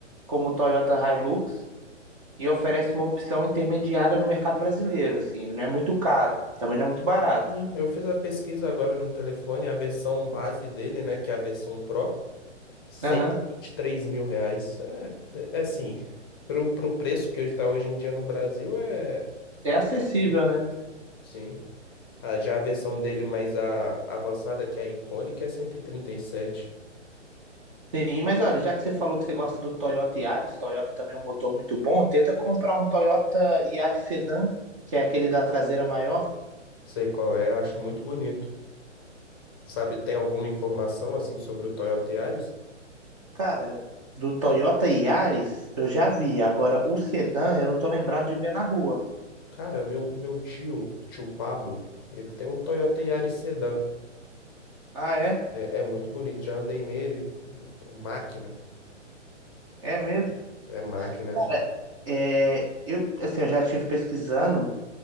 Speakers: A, on the right; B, on the left.
A: como o Toyota Hilux. e oferece uma opção intermediária no mercado brasileiro, assim, não é muito caro, também não é muito barato.
B: Sim, eu fiz a pesquisa agora no telefone, a versão base dele, né, que é a versão Pro, cento
A: Aham.
B: e e vinte e três mil reais. É, é assim, pro, pro preço que hoje tá hoje em dia no Brasil é...
A: É acessível,
B: né?
A: né?
B: Sim. Ah, já a versão dele mais a, avançada, que é a icônica, é cento e e trinta e sete.
A: Sim, mas olha, já que você falou que você gosta do Toyota Yaris, Toyota também é um motor muito bom, tenta comprar um Toyota Yaris Sedan, que é aquele da traseira maior.
B: Sei qual é, acho muito bonito. Sabe, tem alguma informação, assim, sobre o Toyota Yaris?
A: Cara, do Toyota Yaris eu já vi, agora o Sedan eu não tô lembrado de ver na rua.
B: Cara, meu, meu tio, tio Pablo, ele tem um Toyota Yaris Sedan.
A: Ah, é?
B: É, é muito bonito, já andei nele. Máquina,
A: É mesmo?
B: é máquina.
A: Cara, é, eu, assim, eu já estive pesquisando